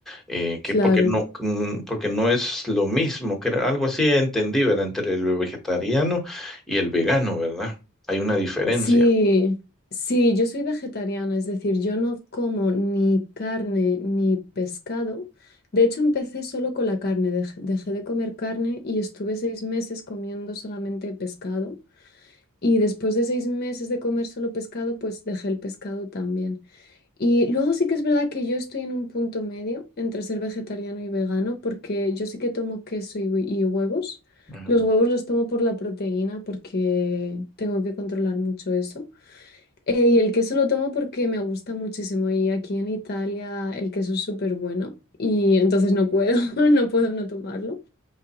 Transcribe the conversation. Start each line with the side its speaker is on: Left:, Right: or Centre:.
Centre: Eh,
Left: Claro.
Centre: que porque no, mm, porque no es lo mismo, que era algo así entendí, ¿verdad? Entre el vegetariano y el vegano, ¿verdad? Hay una diferencia.
Left: Sí, sí, yo soy vegetariana, es decir, yo no como ni carne ni pescado. De hecho, empecé solo con la carne, dej- dejé de comer carne y estuve seis meses comiendo solamente pescado. Y después de seis meses de comer solo pescado, pues dejé el pescado también. Y luego sí que es verdad que yo estoy en un punto medio entre ser vegetariano y vegano, porque yo sí que tomo queso y hue- y huevos.
Centre: Ujú.
Left: Los huevos los tomo por la proteína porque tengo que controlar mucho eso. Eh, y el queso lo tomo porque me gusta muchísimo y aquí en Italia el queso es súper bueno y entonces no puedo, <laughs> no puedo no tomarlo.